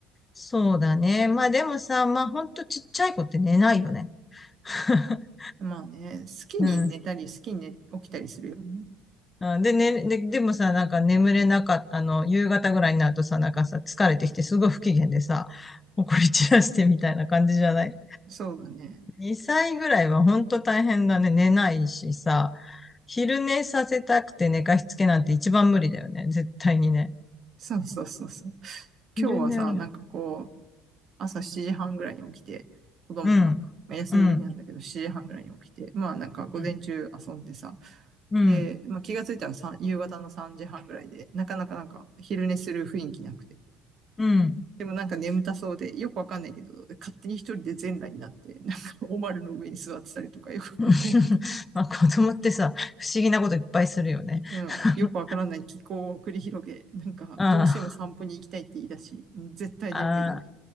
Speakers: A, on the left; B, on the right.
A: そうだね。まあでもさ、まあほんとちっちゃい子って寝ないよね。<laughs>
B: まあね、好きに寝たり、
A: うん。
B: 好きに寝、起きたりするよね。
A: あで、ね、で、でもさ、なんか眠れなかった、あの、夕方ぐらいになるとさ、なんかさ、疲れてきてすごい不機嫌でさ、怒り散らしてみたいな感じじゃない
B: そうだね。
A: 2歳ぐらいは本当大変だね。寝ないしさ、昼寝させたくて寝かしつけなんて一番無理だよね。絶対にね。
B: そうそうそうそう。
A: 昼寝を、
B: 今日はさ、
A: うん、
B: なんかこう、朝7時半ぐらいに起きて、子供が、
A: うん、
B: まあ、休みの日なんだけど、
A: うん、
B: 7時半ぐらいに起きて、まあなんか午前中遊んでさ、
A: うん、うん、
B: で、まあ気がついたらさん夕方の3時半ぐらいで、なかなかなんか昼寝する雰囲気なくて。
A: うん。
B: でもなんか眠たそうで、よくわかんないけど、勝手に一人で全裸になって、なんかおまるの上に座ってたりとか、よくわかんないこと
A: <laughs> まあ子供ってさ、不思議なこといっぱいするよね。
B: うん、
A: <laughs>
B: よくわからない気候を繰り広げ、なんか、
A: あ
B: どうしても散歩に行きたいって言い出し、うん絶対眠いのに。
A: あ、